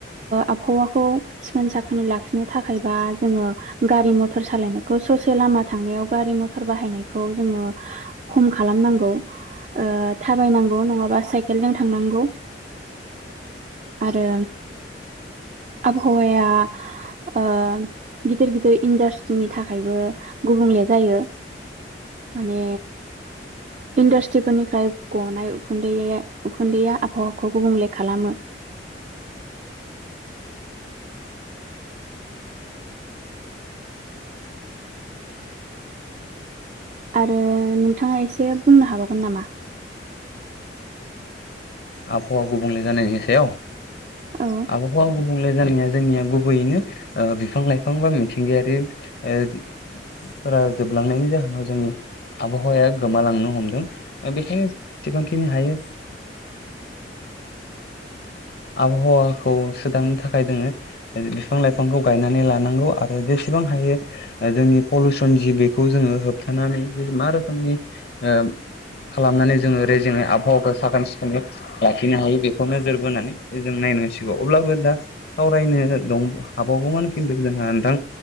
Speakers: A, on the right; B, on the left.
A: आबहावाखौ सिखोन साखोनै लाखि नो थाखायबा जोङो गारि मथर सालायनायखौ ससे लामा थांनायाव गारि - मथर बाहायनायखौ जोङो खम खा लामनांगौ ओ थाबायनांगौ नङाबा साइकेलजों थांनांगौ आरो आबहावाया ओ गिदिर - गिदिर इन्डास्ट्रिनि थाखायबो गुबुंले जायो। माने इन्डासट्रिफोरनिफ्राय गनाय उखुन्दै - उखुन्दैया आबहावाखौ गुबुंले खालामो। <inaudible> आरो नोंथाङा एसे बुंनो हाबावगोन नामा?
B: आबहावा गुबुंले जानायनि सायाव?
A: औ
B: आबहावा गुबुंले जानाया जोंनिया गुबैयैनो ओ बिफां - लाइफां बा मिथिंगायारि ओ फोरा जोबलांनायनि जाहोनाव जोंनि आबहावाया गोमालांनो हमदों बेखायनो जेसेबांखिनि हायो आबहावाखौ सोदांनो थाखाय जोङो बिफां - लाइफांखौ गायनानै लानांगौ आरो एसेबां हायो ओ जोंनि पलिुसन जिबिखौ जोङो होबथानानै मा रोखोमनि ओ
A: <inaudible>
B: खालामनानै जोङो रेजेङै आबहावाखौ साखोन-सिखोनै लाखिनो हायो बेखौ नोजोर बोनानै जों नायनांसिगौ अब्लाबो दा सावरायनो दं हाबावगौमोन खिन्थु जोंहा नोंथां